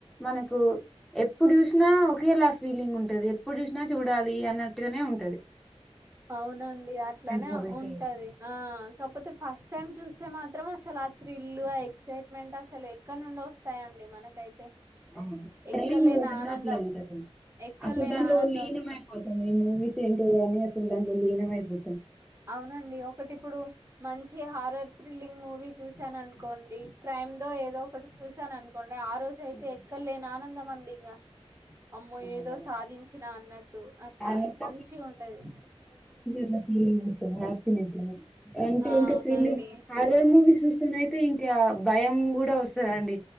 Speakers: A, in the centre; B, on the right.
A: మనకు ఎప్పుడు చూష్నా ఒకేలా ఫీలింగ్ ఉంటది ఎప్పుడు చూష్నా చూడాలి అన్నట్టుగానే ఉం
B: ఔనండి అట్లానే
A: మూవీస్
B: ఉంటది
A: అయితే.
B: ఆ కాక్పోతే ఫస్ట్ టైమ్ చూస్ స్తే మాత్రం అస్సలు ఆ థ్రిల్ ఆ ఎగ్సైట్మెంట్ అసలు ఎక్కన్నుండొస్తాయండి మనకైతే
A: అవును డైలీ
B: ఎక్కలేని
A: జూసుంటే
B: ఆనందం
A: అట్లే ఉంటది
B: ఎక్కలేని
A: అస్సలు దాంట్లో
B: ఆనందం
A: లీనమైపోతము ఈ మూవీస్ ఏంటి గానీ అస్సలు దాంట్లో లీనమైపో
B: అవునండి ఒకటిప్పుడు మంచి హారర్ థ్రిల్లింగ్ మూవీ చూసానన్కోండీ క్రైమ్ దో ఏదో ఒకటి చూసానన్కోండి ఆ రోజైతే
A: ఉ
B: ఎక్కల్లేని ఆనందం అండి ఇంగా అమ్మో
A: అవును
B: ఏదో సాధించినా అన్నట్టు అట్లా
A: అంత
B: మంచి ఉంటది
A: ట్ల ఫీలింగొస్తదా హ్యాపీ గట్లన అంటే
B: ఆ
A: ఇంక
B: అవునండి
A: థ్రిల్లింగ్ హారర్ మూవీస్ సుమైతే ఇంకా భయం గూడా ఒస్సదండి